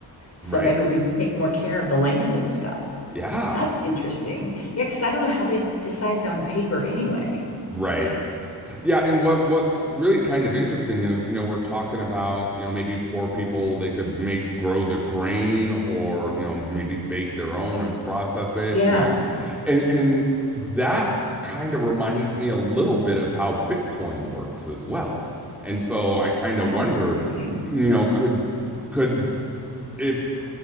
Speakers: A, on the left; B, in the centre.
A: So
B: right.
A: maybe we would take more care of the land and stuff.
B: Yeah,
A: That's interesting. Yeah, because I don't know how they decided on paper anyway.
B: right. Yeah, and what what's really kind of interesting is, you know, we're talking about, you know, maybe poor people, they could make grow the grain or, you know, maybe bake their own and process it
A: Yeah.
B: and that and and that kind of reminds me a little bit of how Bitcoin works as well. And so I kind of
A: Oh,
B: wonder,
A: okay.
B: you know, could could if